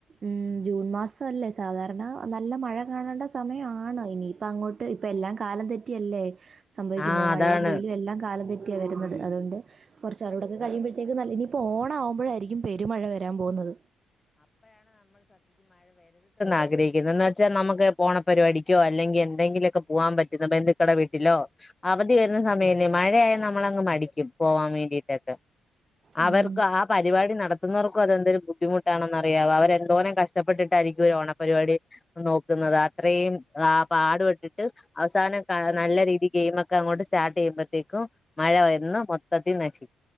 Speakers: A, on the right (about 45°); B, on the left (about 20°).
A: ഉം ജൂൺ മാസം അല്ലേ സാധാരണ നല്ല മഴ കാണേണ്ട സമയാണ് ഇനിയിപ്പ അങ്ങോട്ട് ഇപ്പ എല്ലാം കാലം തെറ്റിയല്ലേ സംഭവിക്കുന്നത്
B: ആഹ് അതാണ്
A: മഴയും വെയിലും എല്ലാം കാലം തെ ഒക്ക വരുന്നത് അതൊണ്ട് കൊറച്ച ആളോടൊക്കെ കഴിയുമ്പോഴത്തേക്ക് നല്ല ഇനിപ്പോ ഓണാ ആകുമ്പോ അപ്പോഴാരിക്കും പെരുമഴ വരാൻ പോകുന്നത്
B: ആഗ്രഹിക്ക്ന്ന എന്ന് വെച്ചാൽ നമക്ക് ഓണ പരിപടിക്കോ അല്ലെങ്കി എന്തെങ്കില പോവാൻ പറ്റുന്ന <unintelligible> കട വീട്ടിലോ അവധി വരുന്ന സമയേ മഴയ ന നമ്മളങ്ങ് മടിക്കും പോവാൻ വേണ്ടീട്ടൊക്കെ
A: ഉം.
B: അവർക്ക് ആ പരിപാടി നടത ക്കന്നൊറ് ക്കു ബുദ്ധിമു ണെന്നറിയാവ അവരെന്തോരം കഷ്ടപ്പെട്ടിട്ടായിരിക്കും ഒരു ഓണപരിപാടി നോക്കുന്നത് അത്രേം ആ പാടുപെട്ടിട് അവസാനം നല്ല രീതിക്ക് ഗെയിമൊക്കെ അങ്ങോട്ട് സ്റ്റാർട്ട് ചെയ്യുമ്പോഴത്തേക്കും മഴ വന്ന് മൊത്തത്തിൽ നശ